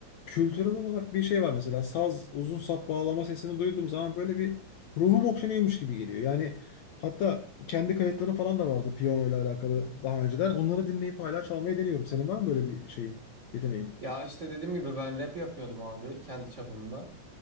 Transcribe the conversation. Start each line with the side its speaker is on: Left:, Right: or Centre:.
Left: kültürel olarak bir şey var mesela. Saz, uzun sap bağlama sesini duyduğum zaman böyle bir ruhum okşanıyormuş gibi geliyor. Yani hatta kendi kayıtlarım falan da vardı piyano ile alakalı daha önceden. Onları dinleyip hala çalmayı deniyorum. Senin var mı böyle bir şeyin, yeteneğin?
Right: Ya işte dediğim gibi ben rap yapıyordum abi kendi çapımda.